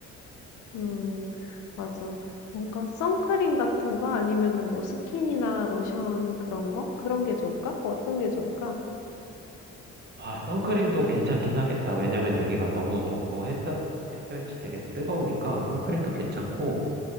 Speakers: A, on the left; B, on the right.
A: 음, 맞아. 뭔가 선크림 같은 거 아니면은 뭐 스킨이나 로션 그런 거? 그런 게 좋을까? 뭐 어떤 게 좋을까?
B: 아, 선크림도 괜찮긴 하겠다. 왜냐면 여기가 너무 덥고 햇살, 햇볕이 되게 뜨거우니까 선크림도 괜찮고,